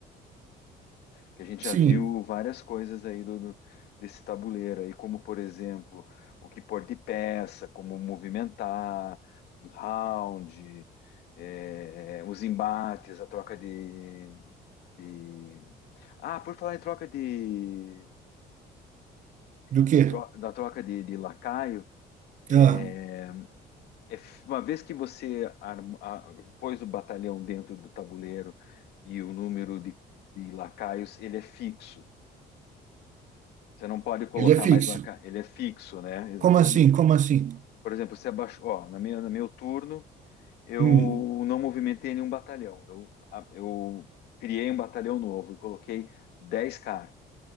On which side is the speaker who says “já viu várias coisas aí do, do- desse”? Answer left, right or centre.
Left